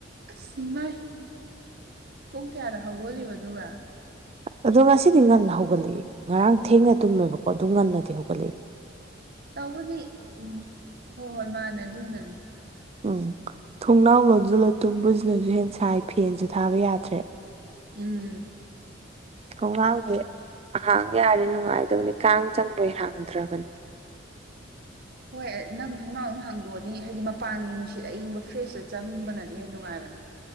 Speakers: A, on the right (about 55°); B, on the right (about 35°).
A: ꯑꯁ ꯢꯃꯥꯏ ꯄꯨꯡ ꯀꯌꯥꯗ ꯍꯧꯒꯠꯂꯤꯕ ꯑꯗꯨꯒ
B: ꯑꯗꯣ ꯉꯁꯤꯗꯤ ꯉꯟꯅ ꯍꯧꯒꯠꯂꯛꯑꯦ ꯉꯔꯥꯡ ꯊꯦꯡꯅ ꯇꯨꯝꯃꯦꯕꯀꯣ ꯑꯗꯨ ꯉꯟꯅꯗꯤ ꯍꯧꯒꯠꯂꯛꯑꯦ
A: ꯇꯧꯕꯗꯤ ꯎꯝ ꯍꯣ- ꯍꯣꯏ ꯃꯥꯅꯦ ꯑꯗꯨꯅꯅꯤ
B: ꯎꯡ ꯊꯣꯡꯅꯥꯎ ꯂꯣꯟꯖꯜꯂ ꯇꯨꯝꯕꯖꯤꯅꯖꯨ ꯍꯦꯟ ꯁꯥꯏ ꯐꯦꯟꯖꯨ ꯊꯥꯕ ꯌꯥꯗ꯭ꯔꯦ
A: ꯎꯝ
B: ꯊꯣꯡꯅꯥꯎꯖꯦ ꯍꯥꯡ ꯌꯥꯔ ꯅꯨꯡꯉꯥꯏꯗꯧꯅꯤ ꯀꯥꯡ ꯆꯪꯕꯩ ꯍꯥꯡꯗ꯭ꯔꯕꯅꯤ
A: ꯍꯣꯏ ꯅꯪ ꯊꯣꯡꯅꯥꯎ ꯑꯗꯨꯝ ꯍꯥꯡꯗꯣꯛꯑꯗꯤ ꯍꯥꯏꯗꯤ ꯃꯄꯥꯟꯒꯤ ꯅꯨꯡꯁꯤꯠ ꯑꯏꯤꯡꯕ ꯐ꯭ꯔꯦꯁꯁꯦ ꯆꯪꯕꯅꯗꯤ ꯍꯦꯟ ꯅꯨꯡꯉꯥꯏꯕꯅꯤ